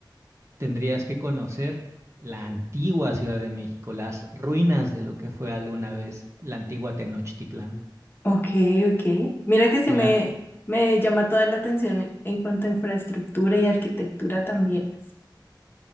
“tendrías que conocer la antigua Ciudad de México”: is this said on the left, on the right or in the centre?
Right